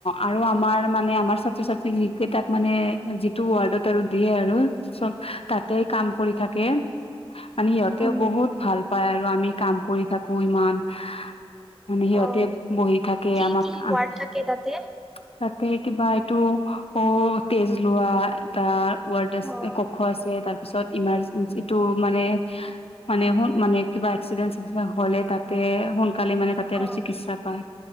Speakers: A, on the left (about 70°); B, in the centre.
A: আৰু আমাৰ মানে আমাৰ ছাত্ৰ-ছাত্ৰী কেইটাক মানে যিটো ৱাৰ্ডত আৰু দিয়ে আৰু চব তাতে কাম কৰি থাকে। মানে সিহঁতেও
B: অ'।
A: বহুত ভাল পায় আৰু আমি কাম কৰি থাকো ইমান <unintelligible> মানে সিহঁতে
B: অ',
A: বহি থাকে
B: কি
A: আমাক
B: কি
A: <unintelligible>
B: ৱাৰ্ড থাকে তাতে?
A: এই কিবা এইটো অ তেজ লোৱা এটাৰ ৱৰ্ডচ
B: অ',
A: আ ক খ আছে তাৰ <unintelligible> পিছত ইমাৰ্জেঞ্চিটো মানে, মানে হুন মানে কিবা এক্সিডেন্ট চেক্সিডেন্ট হ'লে তাতে সোনকালে মানে তাতে আৰু
B: অ',
A: চিকিৎসা পায়।